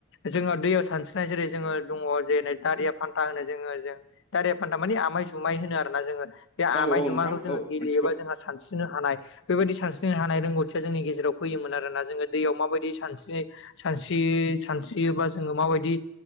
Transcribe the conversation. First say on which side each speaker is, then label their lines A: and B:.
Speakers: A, on the left; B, on the left.
A: जोङो दैयाव सानस्रिनाय जेरै जोङो दङ जेरै दारिया फान्था होनो जोङो जों दारिया फान्था माने आमाय जुमाय होनो आरोना जोङो बे आमाय
B: औ औ
A: जुमायखौ
B: नोंथां
A: जोङो
B: औ
A: गेलेयोबा
B: मिथिगौ
A: जोंहा सानसि स्रिनो हानाय बेबायदि सानस्रिनो हानाय रोंगौथिया जोंनि गेजेराव फैयोमोन आरोना जोङो दैयाव माबायदि सानस्रिनो सानस्रि सानस्रियोबा जोङो माबायदि